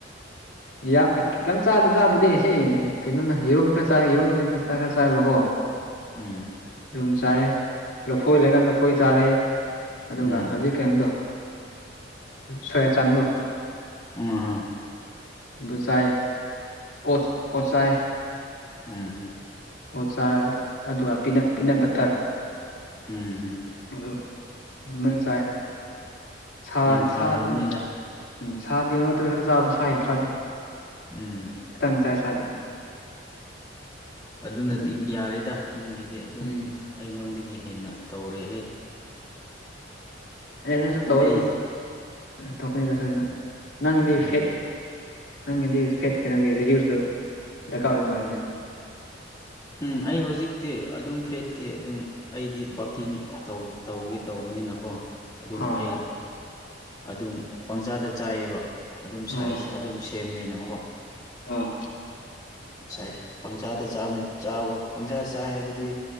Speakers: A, on the left; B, on the left.
A: ꯌꯥ ꯀꯆꯥ ꯂꯤꯇꯥ ꯨꯙꯦꯍꯤ ꯀꯩꯅꯣ ꯌꯦꯔꯨꯝ ꯈꯔ ꯆꯥꯏ ꯌꯦꯔꯨꯝꯗꯤ ꯆ ꯆꯥ ꯈꯔ ꯆꯥꯏꯕꯀꯣ
B: ꯎꯝ
A: ꯌꯨꯝ ꯆꯥꯏ ꯂꯐꯣꯏ ꯂꯩꯒꯥꯟ ꯂꯐꯣꯏ ꯆꯥꯔꯦ ꯑꯗꯨꯒ
B: ꯎꯝ
A: ꯍꯧꯖꯤꯛ ꯀꯩꯅꯣꯗꯣ ꯁꯣꯌꯥ ꯆꯥꯡꯗꯣ
B: ꯑꯍ
A: ꯑꯗꯨ ꯆꯥꯏ ꯀꯣꯠ ꯀꯣꯠꯆꯥꯏ
B: ꯎꯝꯝ
A: ꯑꯣ ꯆꯥ ꯑꯗꯨꯒ ꯄꯤꯅ ꯄꯤꯅ ꯕꯇꯔ
B: ꯎꯝ ꯍꯝ
A: ꯑꯗꯨꯟꯅ ꯆꯥꯏ ꯁꯥ
B: ꯌꯥꯝ ꯐꯔꯕꯅꯦꯗ
A: ꯁꯥ ꯑꯗꯨꯝ ꯎꯝ ꯁꯥꯗꯦ ꯃꯔꯛꯇ ꯈꯛꯇ ꯆꯥꯕꯅꯤ ꯁꯥ ꯌꯥꯝ ꯆꯥꯗꯦ
B: ꯎꯝ
A: ꯇꯪ ꯆꯥꯏ ꯁꯥꯗꯤ
B: ꯑꯗꯨꯅꯗꯤ
A: ꯑꯗꯨꯅꯤ
B: ꯌꯥꯔꯦꯗ ꯅꯪꯒꯤꯗꯤ ꯑꯗꯨꯝ
A: ꯎꯝ
B: ꯑꯩꯉꯣꯟꯗꯒꯤ ꯍꯦꯟꯅ ꯇꯧꯔꯦꯍꯦ
A: ꯑꯦꯅꯁꯨ ꯇꯧꯔ
B: ꯑꯩ
A: ꯑꯗꯨ ꯊꯣꯛꯄꯅꯤꯗꯁꯨ ꯅꯪꯗꯤ
B: ꯎꯝ
A: ꯐꯦꯠ ꯅꯪꯒꯤꯗꯤ ꯐꯦꯠꯁ ꯀꯩꯩꯅꯧꯒꯤ ꯔꯤꯗ꯭ꯌꯨꯁꯇ ꯗꯔꯀꯥꯔ ꯑꯣꯏꯕ ꯃꯥꯜꯂꯤꯅꯦ
B: ꯎꯝ ꯑꯩ ꯍꯧꯖꯤꯛꯇꯤ ꯑꯗꯨꯝ ꯐꯦꯠꯇꯦ ꯑꯗꯨꯝ ꯑꯩꯗꯤ ꯕꯥꯛꯀꯤꯡ
A: ꯎꯝ
B: ꯇꯧ ꯇꯧꯒ ꯇꯧꯕꯅꯤꯅꯀꯣ ꯑꯗꯨꯝ
A: ꯑꯥ
B: ꯑꯩ ꯑꯗꯨꯝ ꯄꯪꯖꯥꯗ ꯆꯥꯏꯌꯦꯕ ꯑꯗꯨꯝ
A: ꯑꯣ
B: ꯁꯥꯏꯖ ꯑꯗꯨꯝ ꯁꯦꯝꯒꯦꯅꯀꯣ
A: ꯑꯥ
B: ꯉꯁꯥꯏ ꯄꯪꯆꯥꯗ ꯆꯥꯕꯅꯤ ꯆꯥꯕ ꯄꯪꯁꯥ ꯆꯥ ꯍꯥꯏꯕꯗꯤ